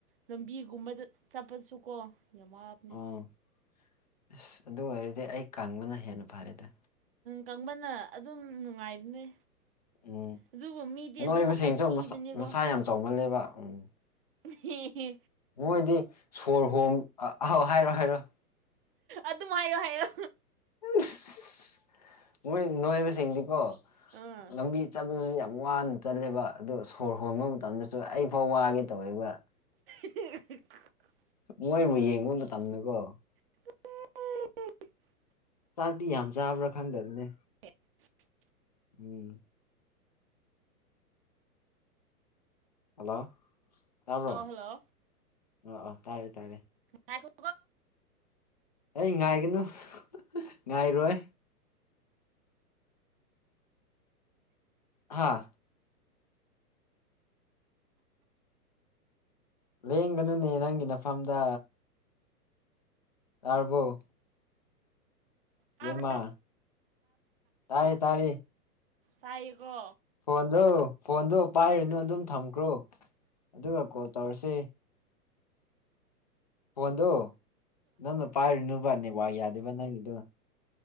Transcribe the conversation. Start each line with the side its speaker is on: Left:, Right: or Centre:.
Right: ꯂꯝꯕꯤꯒꯨꯝꯕꯗ ꯆꯠꯄꯗꯁꯨ ꯀꯣ ꯌꯥꯝ ꯋꯥꯕꯅꯦ
Left: ꯑꯣ ꯑꯁ ꯑꯗꯨ ꯑꯣꯏꯔꯗꯤ ꯑꯩ ꯀꯪꯕꯅ ꯍꯦꯟꯅ ꯐꯔꯦꯗ
Right: ꯀꯪꯕꯅ ꯑꯗꯨꯝ ꯅꯨꯡꯉꯥꯏꯕꯅꯦ
Left: ꯎꯝ
Right: ꯑꯗꯨꯕꯨ ꯃꯤꯗꯤ
Left: ꯅꯣꯏꯕꯁꯤꯡꯁꯨ
Right: ꯑꯗꯨꯝ ꯍꯥꯏꯊꯤꯕꯅꯦꯀꯣ
Left: ꯃꯁꯛ ꯃꯁꯥ ꯌꯥꯝ ꯆꯥꯎꯃꯜꯂꯦꯕ ꯎꯝ
Right: ꯑꯦꯍꯤ ꯍꯤ
Left: ꯃꯣꯏꯗꯤ ꯁꯣꯔ ꯍꯣꯡ ꯍꯥꯏꯔꯣ ꯍꯥꯏꯔꯣ
Right: ꯑꯗꯨꯝ ꯍꯥꯏꯌꯣ ꯍꯥꯏꯌꯣ
Left: ꯎꯁ ꯃꯣꯏ ꯅꯨꯡꯉꯥꯏꯕꯁꯤꯡꯗꯤꯀꯣ
Right: ꯑꯥ
Left: ꯂꯝꯕꯤ ꯆꯠꯄꯁꯨ ꯌꯥꯝ ꯝ ꯋꯥꯅ ꯆꯜꯂꯦꯕ ꯑꯗꯨ ꯁꯣꯔ ꯍꯣꯟꯕ ꯃꯇꯝꯗꯁꯨ ꯑꯩ ꯐꯥꯎ ꯋꯥꯒꯦ ꯇꯧꯋꯦꯕ
Right: <inaudible>
Left: ꯃꯣꯏꯕꯨ ꯌꯦꯡꯕ ꯃꯇꯝꯗꯀꯣ
Right: ꯑꯦ <unintelligible>
Left: ꯆꯥꯛꯇꯤ ꯌꯥꯝ ꯆꯥꯕ꯭ꯔꯥ ꯈꯪꯗꯟꯅꯦ
Right: <inaudible>
Left: ꯎꯝ ꯍꯜꯂꯣ ꯇꯥꯕ꯭ꯔꯣ
Right: ꯑꯣ ꯍꯜꯂꯣ
Left: ꯑꯣ ꯑꯣ ꯇꯥꯏꯔꯦ ꯇꯥꯏꯔꯦ
Right: ꯉꯒꯣ
Left: ꯑꯩ ꯉꯥꯏꯒꯅꯨ ꯉꯥꯏꯔꯣꯏ ꯍꯥꯥ ꯂꯦꯡꯒꯅꯨꯅꯦ ꯅꯪꯒꯤ ꯅꯐꯝꯗ ꯇꯥꯕꯨꯣ
Right: ꯇꯥꯕ꯭ꯔꯣ
Left: ꯃ ꯇꯥꯔꯦ ꯇꯥꯔꯦ
Right: ꯇꯥꯏꯒꯣ
Left: ꯐꯣꯟꯗꯣ ꯐꯣꯟꯗꯣ ꯄꯥꯏꯔꯨꯅꯨ ꯑꯗꯨꯝ ꯊꯝꯈ꯭ꯔꯣ ꯑꯗꯨꯒ ꯀꯣꯜ ꯇꯧꯔꯁꯦ ꯐꯣꯟꯗꯣ ꯅꯪꯅ ꯄꯥꯏꯔꯨꯅꯨꯕ ꯅꯦꯠꯋꯛ ꯌꯥꯗꯦꯕ ꯅꯪꯒꯤꯗꯣ